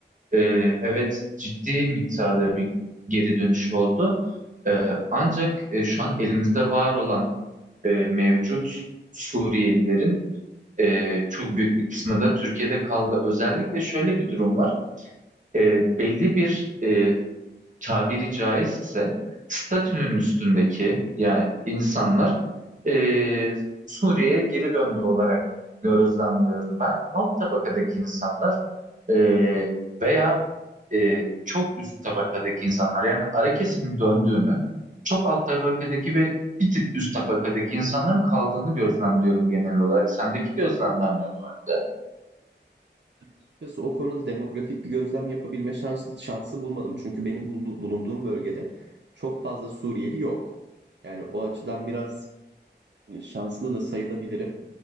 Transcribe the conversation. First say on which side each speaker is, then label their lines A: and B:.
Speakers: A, on the right (about 45°); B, on the right (about 70°).
A: e, evet ciddi miktarda bir geri dönüş oldu. E, ancak e, şu an elimizde var olan e, mevcut Suriyelilerin e, çok büyük bir kısmı da Türkiye'de kaldı. Özellikle şöyle bir durum var. E, belli bir e, tabiri caizse statünün üstündeki yani insanlar e, Suriye'ye geri döndü olarak gözlemliyorum ben. Alt tabakadaki insanlar e, veya e, çok üst tabakadaki insanlar yani ara kesimin döndüğünü çok alt tabakadaki ve bir tık üst tabakadaki insanların kaldığını gözlemliyorum genel olarak. Sendeki gözlemler ne bu yönde?
B: Açıkçası o konuda demografik bir gözlem yapabilme şansı, şansı bulmadım. Çünkü benim buldu- bulunduğum bölgede çok fazla Suriyeli yok. Yani o açıdan biraz Şanslı da sayılabilirim.